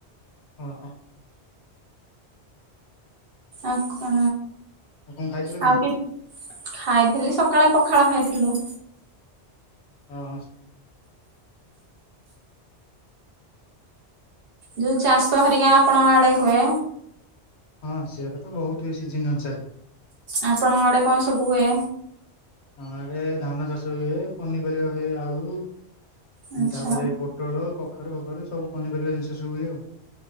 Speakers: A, on the left; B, on the right.
A: ଓହୋ।
B: ଆ କ
A: ଆଉ କଣ ଖାଇଥିଲେ କଣ
B: ଆଉ କି ଖାଇଥିଲି ସକାଳେ ପଖାଳ ଖାଇଥିଲୁ।
A: ଓହୋ।
B: ଯୋଉ ଚାଷ ହେରିକା ଆପଣଙ୍କ ଆଡେ ହୁଏ।
A: ହଁ ସେଇଟା ତ ବହୁତ ହୁଏ ସିଜିନ ଅନୁସାରେ।
B: ଆପଣଙ୍କ ଆଡେ କଣ ସବୁ ହୁଏ?
A: ହଁ ଆରେ ଧାନ ଚାଷ ହୁଏ ପନିପରିବା ହୁଏ ଆଳୁ
B: ଆଚ୍ଛା
A: ତାପରେ ପୋ ଟୋଳ କଖାରୁ ଫଖାରୁ ସବୁ ପନିପରିବା ଜିନିଷ ସବୁ ହୁଏ ଆଉ।